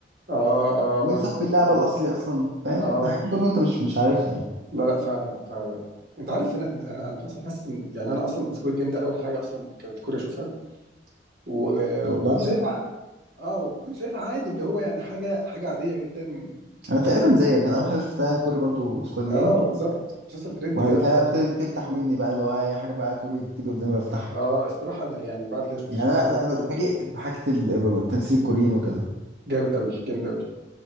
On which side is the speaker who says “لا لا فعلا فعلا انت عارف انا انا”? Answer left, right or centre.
Right